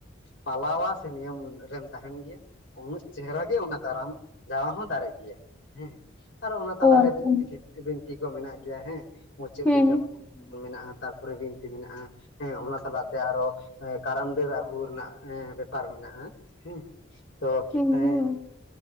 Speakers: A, on the left; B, on the left.
A: ᱯᱟᱞᱟᱣᱟ ᱥᱮ ᱱᱤᱭᱚᱢ ᱨᱮᱢ ᱛᱟᱦᱮᱱ ᱜᱮᱭᱟ ᱩᱱᱟᱹᱜ ᱪᱮᱦᱨᱟ ᱜᱮ ᱚᱱᱟ ᱠᱟᱨᱟᱢ ᱡᱟᱣᱟ ᱦᱚᱸ ᱫᱟᱨᱮᱜ ᱜᱮᱭᱟ ᱦᱮᱸ ᱟᱨᱚ ᱚᱱᱟ ᱛᱟᱞᱟᱨᱮ
B: ᱳ ᱟᱪᱪᱷᱟ
A: <unintelligible> ᱪᱮᱫ ᱵᱤᱱᱛᱤ ᱠᱚ ᱢᱮᱱᱟᱜ ᱜᱮᱭᱟ ᱦᱮᱸ ᱢᱩᱪᱟᱹᱫ
B: ᱦᱩᱸ
A: ᱫᱤᱱ ᱢᱮᱱᱟᱜᱼᱟ ᱛᱟᱨᱯᱚᱨᱮ ᱵᱤᱱᱛᱤ ᱢᱮᱱᱟᱜᱼᱟ ᱦᱮᱸ ᱚᱱᱟ ᱥᱟᱞᱟᱜ ᱛᱮ ᱟᱨᱚ ᱠᱟᱨᱟᱢ ᱰᱟᱹᱨ ᱟᱹᱜᱩ ᱨᱮᱱᱟᱜ ᱮ ᱵᱮᱯᱟᱨ ᱢᱮᱱᱟᱜᱼᱟ ᱦᱮᱸ ᱛᱚ
B: ᱦᱩᱸ
A: ᱮ
B: ᱦᱩᱸ